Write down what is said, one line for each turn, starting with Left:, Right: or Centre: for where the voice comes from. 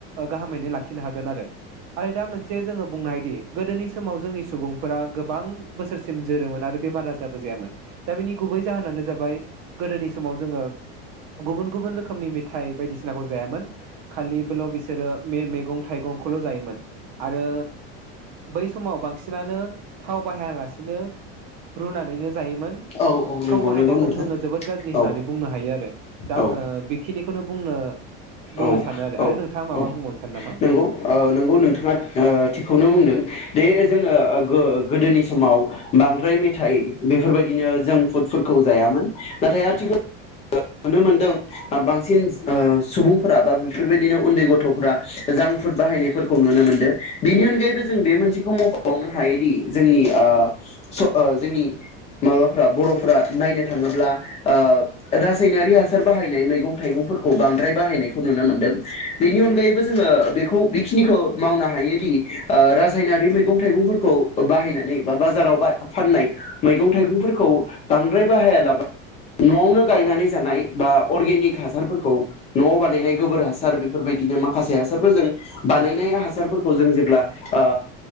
Right: गाहामैनो लाखिनो हागोन आरो। आरो दा मोनसे जोङो बुंनो हायोदि गोदोनि समाव जोंनि सुबुंफोरा गोबां बोसोरसिम जोरोमोन आरो बेमार आजार जाबोजायामोन दा बिनि गुबै जाहोनानो जाबाय गोदोनि समाव जोङो गुबुन गुबुन रोखोमनि मेथाइ बायदिसिनाखौ जायामोन खालि बेल' बिसोरो मे मेगं थाइगंखौल' जायोमोन। आरो बै समाव बांसिनानो थाव बाहायालासिनो रुनानैनो जायोमोन
Left: औ औ नंगौ ओ
Right: थाव
Left: नंगौ
Right: बाहायनायखौबो
Left: नंगौ नोंथां
Right: जोङो जोबोद गाज्रि होननानै
Left: औ
Right: बुंनो हायो आरो दा
Left: औ
Right: आङो बेखिनि खौनो बुंनो बुंनो
Left: औ
Right: सानो आरो
Left: औ
Right: आरो नोंथाङा माबा
Left: औ
Right: बुंबावनो सानो नामा
Left: नंगौ ओ नंगौ नोंथाङा ओ थिगखौनो बुंदों दे जोङो गो गोदोनि समाव बांद्राय मेथाइ बेफोरबाय दिनो जों फुडफोरखौ जायामोन। नाथाय आथिखाल नुनो मोनदों दा बां सिन ओ सुबुंफोरा बा बेफोरबायदिनो उन्दै गथ'फोरा जांक फुद बाहायनायफोरखौ नुनो मोनदो बेनि अनगायैबो जों बे मोनसेखौ मख'बावनो हायोदि जोंनि ओ स जोंनि माबाफोरा बर'फोरा नायनो थाङोब्ला ओ रासायनारि हासार बाहायनाय मैगं थाइगंफोरखौ बांद्राय बाहायनायखौ नुनो मोनदों बेनि अनगायैबो जोङो बेखौ बेखिनिखौ मावनो हायोदि रासायनारि मैगं थाइगंफोरखौ बाहायनानै बा बाजाराव फाननाय मैगं थाइगंफोरखौ बांद्राय बाहायालाबा न'आवनो गायनानै जानाय बा अरगेनिक हासारफोरखौ न'ओ बानायनाय गोबोर हासार बेफोरबायदिनो माखासे हासारफोरजों बानायनाय हासारफोरखौ जों जेब्ला ओ